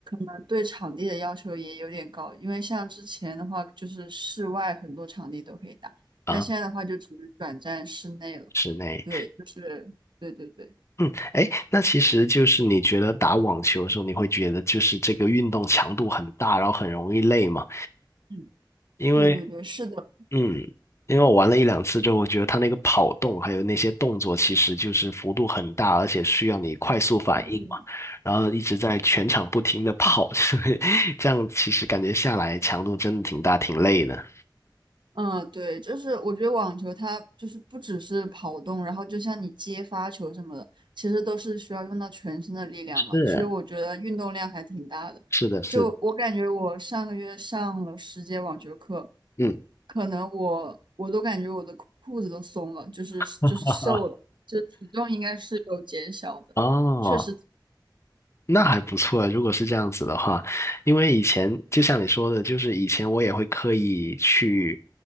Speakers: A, on the right (about 70°); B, on the left (about 35°).
A: 呃对场地的要求也有点高，因为像之前的话就是室外很多场地都可以打，
B: 啊，
A: 但现在的话就只能转战室内了。
B: 室内，
A: 对，就是对对对。
B: 嗯，哎，那其实就是你觉得打网球的时候，你会觉得就是这个运动强度很大，然后很容易累嘛？
A: 嗯，
B: 因为，
A: 对对对，是的，
B: 嗯，因为我玩了一两次之后，我觉得它那个跑动还有那些动作，其实就是幅度很大，而且需要你快速反应嘛，
A: 就是
B: 然后一直在全场不停的跑，<laughs> 所以这样其实感觉下来强度真的挺大，挺累的。
A: 嗯，对，就是我觉得网球它就是不只是跑动，然后就像你接发球什么的，其实都是需要用到全身的力量嘛。
B: 是，
A: 其实我觉得运动量还挺大的。
B: 是的，是的，
A: 就我感觉，我上个月上了十节网球课，
B: 嗯，
A: 可能我我都感觉我的裤子都松了，就是就是瘦了，
B: <laughs>
A: 就体重应该是有减小的，
B: 哦。
A: 确实，
B: 那还不错啊，如果是这样子的话，因为以前就像你说的，就是以前我也会刻意去